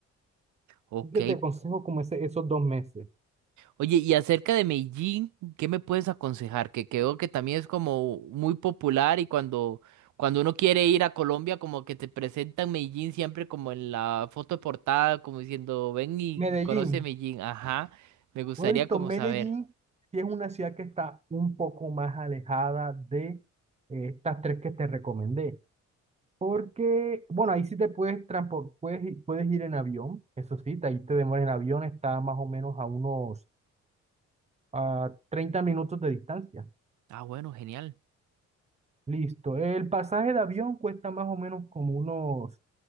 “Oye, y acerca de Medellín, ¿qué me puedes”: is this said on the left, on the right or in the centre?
Right